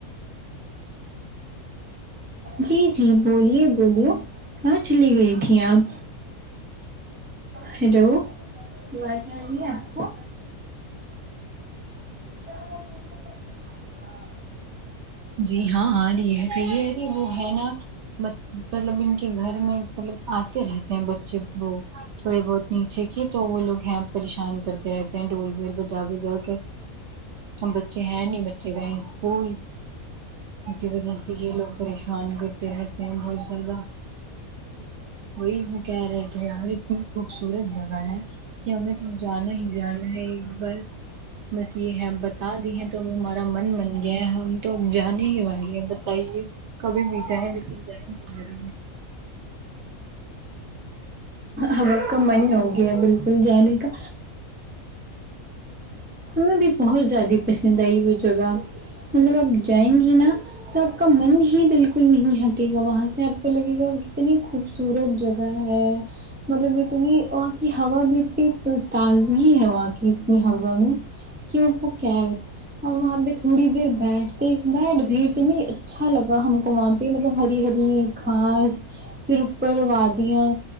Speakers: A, on the right (about 15°); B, on the right (about 65°).
A: جی جی بولیے بولیے کہاں چلی گئی تھی آپ ہیلو آواز نہیں آرہی ہے آپ کو <unintelligible>
B: جی ہاں ارہی ہے کہیے ارے وہ ہے نا مطلب ان کے گھر میں مطلب آتے رہتے ہیں بچے وہ تھوڑے بہت نیچے کی تو وہ لوگ ہیں پریشان کرتے رہتے ہیں ڈور بل بجا بجا کر ہم بچے ہیں نہیں بچے گئے اسکول اسی وجہ سے یہ لوگ پریشان کرتے رہتے ہیں بہت زیادہ وہی ہم کہہ رہے تھے یار اتنی خوبصورت جگہ ہے کہ ہمیں تو جانا ہی جانا ہے ایک بار بس یہ ہے بتا دی ہیں تو اب ہمارا من من گیا ہے ہم تو اب جانے ہی والے ہیں بتائیے کبھی بھی جائیں لیکن جائینگے ضرور
A: ہم آپ کا من ہو گیا بالکل جانے کا ہمیں بھی بہت زیادہ پسند آئی وہ جگہ مطلب آپ جائیں گی نا تو آپ کا من ہی بالکل بالکل نہیں ہٹے گا وہاں سے آپ کو لگے گا کتنی خوبصورت جگہ ہے مطلب اتنی وہاں کی ہوا بھی اتنی تازگی ہے وہاں کی اتنی ہوا میں کے اپ کو کیا بتا اور وہاں پہ تھوڑی دیر بیٹھتے بیٹھ گئی کے اچھا لگا ہم کو وہاں پہ مطلب ہری ہری گھاس پھر اوپر وادیاں